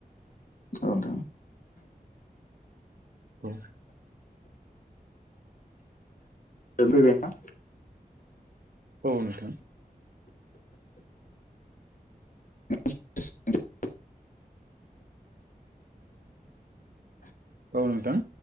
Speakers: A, on the left; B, on the right.
A: औ नोंथां
B: औ
A: ओ फैबाय नोंथां
B: औ नोंथां
A: <unintelligible>
B: औ नोंथां